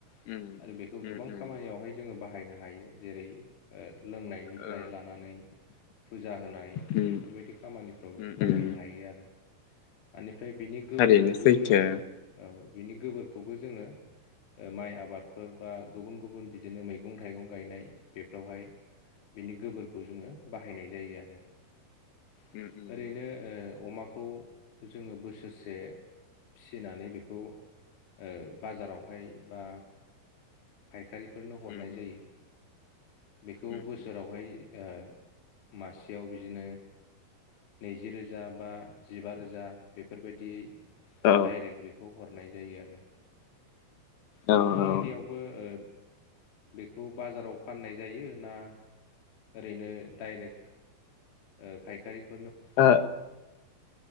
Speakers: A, on the left; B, on the left.
A: उम
B: आरो बेखौ
A: उम
B: गोबां खामानियावहाय जोङो बाहायनो हायो जेरै ओ लोंनायनिफ्राय
A: ओ
B: लानानै फुजा होनाय
A: उम
B: बेफोरबायदि खामानिफ्राव बेखौ
A: उम
B: बाहायनो
A: उम
B: हायो आरो आनिब ओमफ्राय बिनि गोबोरखौबो
A: थारैनो सैथो
B: जोङो ओ बिनि गोबोरखौबो जोङो माइ आबादफोर बा गुबुन गुबुन बिदिनो मैगं थाइगं गायनाय बेफोरावहाय बिनि गोबोरखौ जोङो बाहायनाय जायो आरो
A: उम उम
B: ओरैनो अमाखौ जोङो बोसोरसे फिसिनानै बेखौ ओ बाजारावहाय बा फायखारि फो फोरनो हरनाय
A: उम उम
B: जायो। बेखौ
A: उम
B: बोसोरावहाय
A: उम
B: ओ मासेयाव बिदिनो नैजि रोजा बा जिबा रोजा बेफोरबायदियै
A: औ
B: डाइरेक्ट बेखौ हरनाय जायो आरो
A: औ
B: नोंथांमोननियावबो
A: औ
B: ओ बेखौ बाजाराव फाननाय जायो ना ओरैनो डाइरेक्ट ओ फायखारिफोर
A: ओ